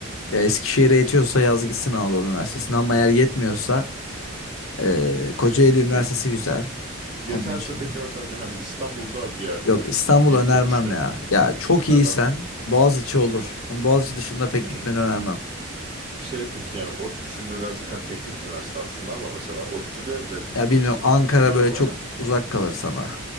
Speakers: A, on the left (about 80°); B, on the right (about 35°).
A: Ya Eskişehir'e yetiyorsa yaz gitsin Anadolu Üniversitesi'ne ama eğer yetmiyorsa eee Kocaeli Üniversitesi
B: Ya,
A: güzel.
B: yeterse
A: Onun dışında.
B: peki mesela hani İstanbul'da bir yer
A: Yok
B: önerir
A: İstanbul
B: misin? Yettiğini
A: önermem
B: düşünelim.
A: ya. Ya çok
B: Neden?
A: iyiysen Boğaziçi olur. Ama Boğaziçi dışında pek
B: Hmm.
A: gitmeni önermem.
B: Şey peki yani ODTÜ şimdi birazcık hani teknik üniversite aslında ama mesela ODTÜ'de de
A: Ya
B: diyorsun
A: bilmiyorum Ankara
B: dil okumaya.
A: böyle çok uzak kalır sana